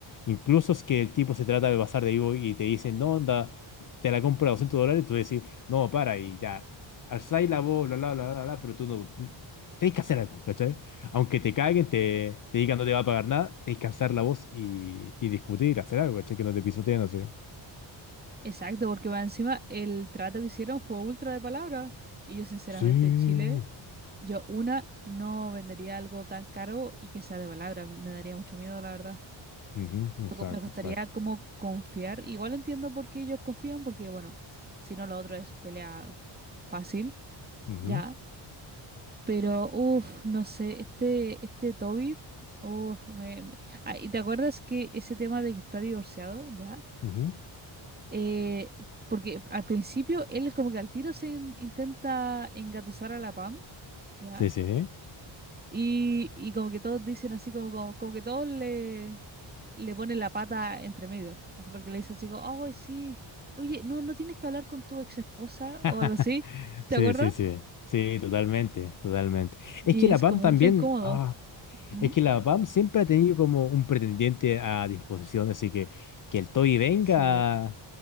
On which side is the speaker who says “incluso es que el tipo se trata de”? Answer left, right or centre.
Left